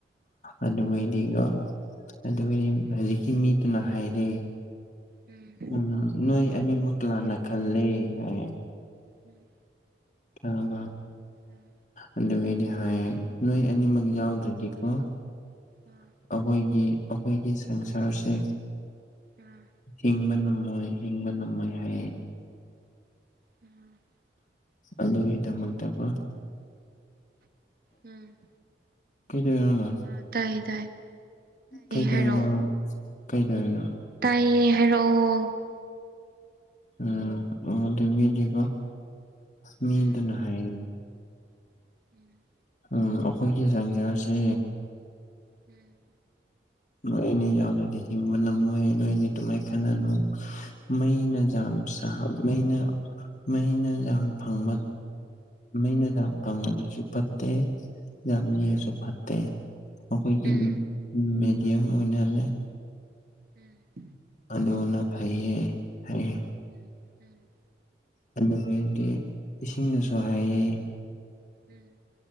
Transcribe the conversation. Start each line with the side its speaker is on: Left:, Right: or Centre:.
Left: ꯑꯗꯨꯗ ꯔꯣ ꯑꯗꯨꯗꯤ
Right: ꯎꯝ
Left: ꯍꯧꯖꯤꯛꯀꯤ ꯃꯤꯗꯨꯅ ꯍꯥꯏꯔꯦ
Right: ꯎꯝ
Left: ꯎꯝ ꯅꯣꯏ ꯑꯅꯤꯃꯛ ꯂꯥꯟꯅ ꯈꯜꯂꯦ ꯍꯥꯏ
Right: ꯎꯝ
Left: ꯑꯅꯨꯒ
Right: ꯑꯥ
Left: ꯑꯗꯨꯗꯩꯗꯤ ꯍꯥꯏ ꯌꯦ ꯅꯣꯏ ꯑꯅꯤꯃꯛ ꯌꯥꯎꯗ꯭ꯔꯗꯤꯀꯣ ꯑꯩꯈꯣꯏꯒꯤ
Right: ꯑꯥ
Left: ꯑꯩꯈꯣꯏꯒꯤ ꯁꯪꯁꯥꯔꯁꯦ
Right: ꯑꯥ
Left: ꯍꯤꯡꯕ ꯉꯝꯃꯣꯏ ꯍꯕ ꯅ ꯃ ꯍ
Right: ꯎꯝ
Left: ꯑꯗꯨꯒꯤꯗꯃꯛꯇꯀꯣ
Right: ꯎꯝ
Left: ꯀ
Right: ꯑ ꯇꯥꯏꯌꯦ ꯇꯥꯏꯌꯦ
Left: ꯀꯩꯗꯧꯔꯤꯅꯣ
Right: ꯍꯥꯏꯔꯛꯑꯣ
Left: ꯀꯩꯗꯧꯔꯤꯅꯣ
Right: ꯇꯥꯏꯌꯦ ꯍꯥꯏꯔꯛꯑꯣ
Left: ꯎꯝ ꯎꯗꯨꯕꯤꯀꯣ ꯃꯤꯗꯅꯍꯥꯏ
Right: ꯎꯝ ꯎꯝ
Left: ꯎꯝ ꯑꯩꯈꯣꯏꯒꯤ ꯆꯥꯡꯖꯔꯁꯦ
Right: ꯎꯝ
Left: ꯅꯣꯏ ꯑꯅꯤ ꯌꯥꯎꯗꯗꯤ ꯍꯤꯡꯕꯅꯝꯃꯦ ꯅꯣꯏꯅꯤ ꯇꯃꯥꯏ ꯈꯅꯅꯣ ꯃꯩꯅ ꯌꯥꯝ ꯁꯥ ꯃꯩꯅ ꯃꯩꯅ ꯌꯥꯝ ꯐꯪꯕ ꯃꯩꯅ ꯌꯥꯝ ꯐꯪꯕ ꯑꯗꯨꯁꯨ ꯐꯠꯇꯦ ꯌꯥꯝ ꯌꯦꯑꯁꯨ
Right: ꯑꯥ
Left: ꯐꯠꯇꯦ ꯑꯩꯈꯣꯏꯒꯤ
Right: ꯎꯝ
Left: ꯃꯦꯗꯤꯌꯝ ꯑꯣꯏꯅꯅꯦ
Right: ꯎꯝ
Left: ꯑꯗꯨꯅ ꯐꯩꯌꯦ ꯐꯩꯌꯦ
Right: ꯎꯝ ꯎꯝ
Left: ꯑꯗꯨꯗꯤ ꯏꯁꯤꯡꯅꯁꯨ ꯍꯥꯏꯌꯦ
Right: ꯎꯝ